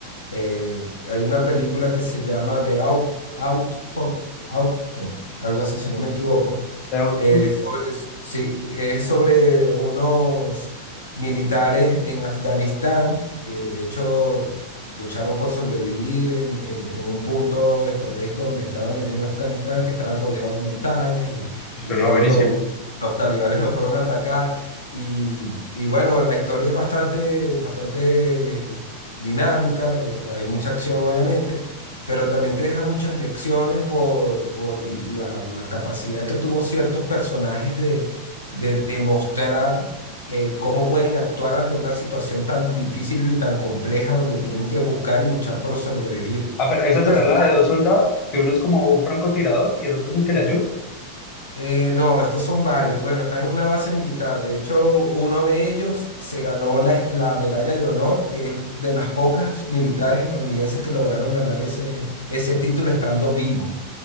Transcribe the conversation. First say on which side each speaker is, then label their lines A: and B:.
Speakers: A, on the left; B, on the left.
A: Eh, hay una película que se llama The Out, Output, Output, algo así si no me equivoco,
B: The Output.
A: eh, sobre, sí, es sobre unos militares en Afganistán que de hecho lucharon por sobrevivir en, en- en un punto estratégico donde estaban allá en Afganistán, que estaban rodeados de montañas y,
B: Y suena
A: y luego
B: buenísimo.
A: lo- los talibanes los fueron a atacar. Y, y bueno, la historia es bastante, bastante dinámica, eh, hay mucha acción obviamente pero también te deja muchas lecciones por, por la, la capacidad que tuvo ciertos personajes de, de demostrar eh, cómo pueden actuar ante una situación tan difícil y tan compleja donde tienen que buscar y luchar por sobrevivir.
B: Ah, pero esa será
A: Personajes-
B: la de dos soldados, que uno es como un francotirador y el otro es el que le ayuda.
A: eh, no, estos son varios. Bueno, están en una base militar. De hecho, uno de ellos se ganó la, est- la medalla de honor, que es de las pocas militares estadounidenses que lograron ganar ese, ese título estando vivo.